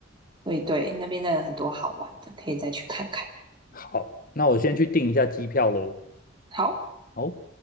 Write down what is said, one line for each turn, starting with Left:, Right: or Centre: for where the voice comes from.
Right: 对对，那边真的很多好玩的，可以再去看看。
Left: 好，那我先去订一下机票喽。
Right: 好。
Left: 好。